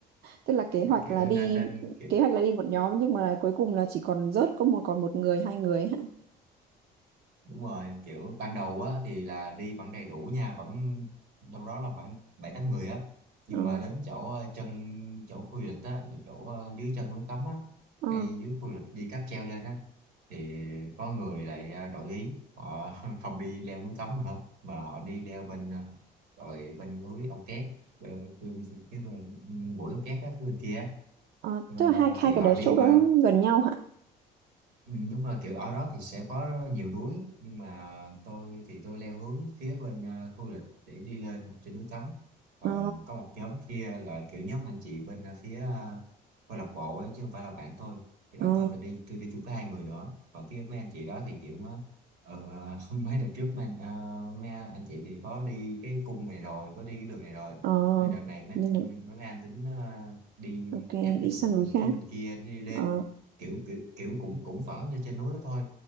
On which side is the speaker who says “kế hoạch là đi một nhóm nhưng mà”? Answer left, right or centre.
Right